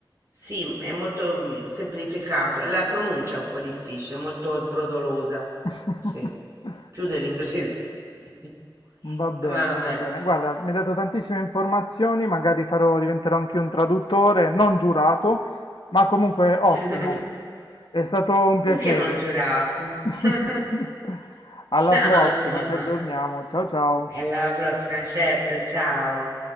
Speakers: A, on the right; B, on the left.
A: sì, è molto mm, semplificato. E la pronuncia è un po' difficile, è molto sbrodolosa.
B: <laughs>
A: Sì, più dell'inglese. <laughs>
B: Va bene,
A: Vabbè.
B: va bene. Guarda, mi hai dato tantissime informazioni, magari farò, diventerò anche un traduttore, non giurato, ma comunque ottimo.
A: <laughs>
B: È stato un piacere.
A: Perché non giurato?
B: <laughs>
A: <laughs>
B: Alla
A: Ciao
B: prossima,
A: Tommaso,
B: ci aggiorniamo. Ciao ciao.
A: alla prossima, certo, ciao.